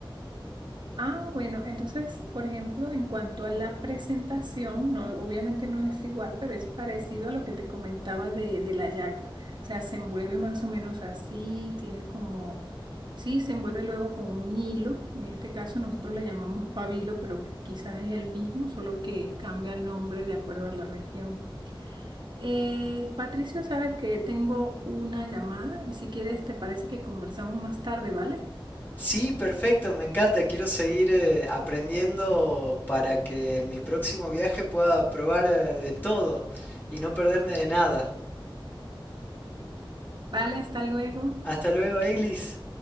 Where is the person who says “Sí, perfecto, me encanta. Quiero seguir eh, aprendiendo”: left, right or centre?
Left